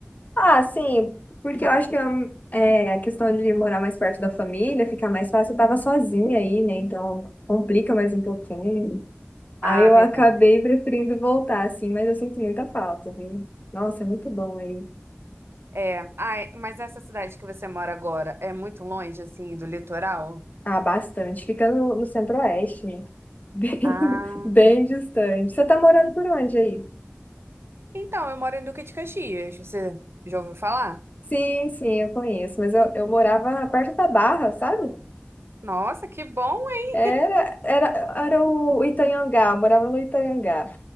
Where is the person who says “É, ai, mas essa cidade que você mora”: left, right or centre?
Right